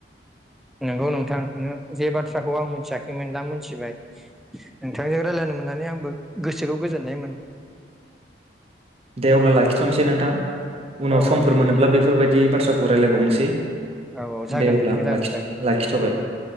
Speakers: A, in the centre; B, on the right.
A: नंगौ नोंथां नोङो जे बाथ्राखौ आं मिथियाखैमोन दा मोनथिबाय नोंथांजों रायज्लायनो मोननानै आंबो गोसोखौ गोजोननाय मोन
B: दे अब्ला लाखिथ'नोसै नोंथां उनाव
A: औ
B: समफोर
A: औ दे
B: मोनोब्ला
A: बिदिब्ला
B: बेफोरबायदि बाथ्रा खौ रायलायबावनोसै
A: औ औ जागोन
B: दे अब्ला
A: नोंथां जागोन
B: लाखि-लाखिथ'बाय
A: जागोन औ औ